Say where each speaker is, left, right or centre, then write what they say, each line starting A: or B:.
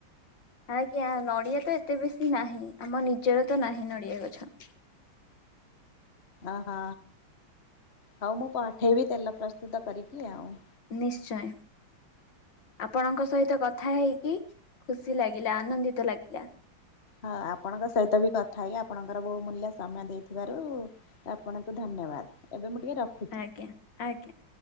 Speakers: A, on the left (about 65°); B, on the left (about 35°).
A: ଆଜ୍ଞା ନଡିଆ ତ ଏତେ ବେଶୀ ନାହିଁ ଆମ ନିଜର ତ ନାହିଁ ନଡିଆ ଗଛ।
B: ଅ ହ ହଉ ମୁଁ ପଠେଇବି ତେଲ ପ୍ରସ୍ତୁତ କରିକି ଆଉ।
A: ନିଶ୍ଚୟ। ଆପଣଙ୍କ ସହିତ କଥା ହେଇକି ଖୁସି ଲାଗିଲା ଆନନ୍ଦିତ ଲାଗିଲା।
B: ହଁ ଆପଣଙ୍କ ସହିତ ବି କଥା ହେଇକି ଆପଣଙ୍କର ବହୁ ମୂଲ୍ୟ ସମୟ ଦେଇଥିବାରୁ ତ ଆପଣଙ୍କୁ ଧନ୍ୟବାଦ ଏବେ ମୁଁ ଟିକେ ରଖ
A: ଆଜ୍ଞା ଆଜ୍ଞା।